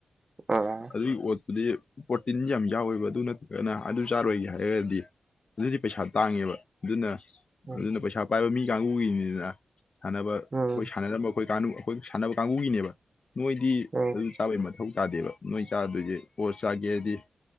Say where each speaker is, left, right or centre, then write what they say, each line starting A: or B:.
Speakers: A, on the right (about 30°); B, on the left (about 40°).
A: ꯑꯥ
B: ꯑꯗꯨꯒꯤ ꯑꯣꯠꯇꯨꯗꯤ ꯄ꯭ꯔꯣꯇꯤꯟ ꯌꯥꯝ ꯌꯥꯎꯋꯦꯕ ꯑꯗꯨ ꯅꯠꯇ꯭ꯔꯒꯅ ꯑꯗꯨ ꯆꯥꯔꯣꯏꯒꯦ ꯍꯥꯏꯔꯒꯗꯤ ꯑꯗꯨꯗꯤ ꯄꯩꯁꯥ ꯇꯥꯡꯉꯦꯕ ꯑꯗꯨꯅ
A: ꯎꯝ
B: ꯑꯗꯨꯅ ꯄꯩꯁꯥ ꯄꯥꯏꯕ ꯃꯤ ꯀꯥꯡꯕꯨꯒꯤꯅꯤꯗꯅ ꯁꯥꯟꯅꯕ ꯑꯩꯈꯣꯏ
A: ꯎꯝ
B: ꯁꯥꯟꯅꯔꯝꯕ ꯑꯩꯈꯣꯏ ꯑꯩꯈꯣꯏ ꯁꯥꯟꯅꯕ ꯀꯥꯡꯕꯨꯒꯤꯅꯦꯕ ꯅꯣꯏꯗꯤ
A: ꯎꯝ
B: ꯑꯗꯨ ꯆꯥꯕꯩ ꯃꯊꯧ ꯇꯥꯗꯦꯕ ꯅꯣꯏ ꯆꯥꯗꯣꯏꯁꯦ ꯄꯣꯠ ꯆꯥꯒꯦꯗꯤ